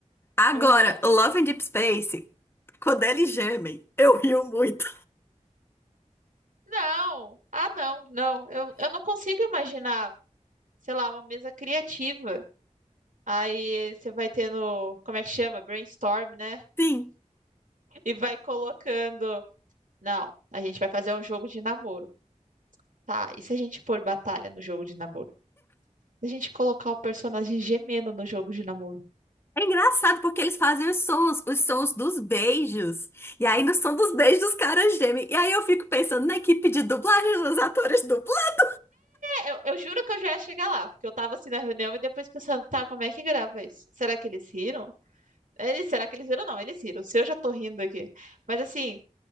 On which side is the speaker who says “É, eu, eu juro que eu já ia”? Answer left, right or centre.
Right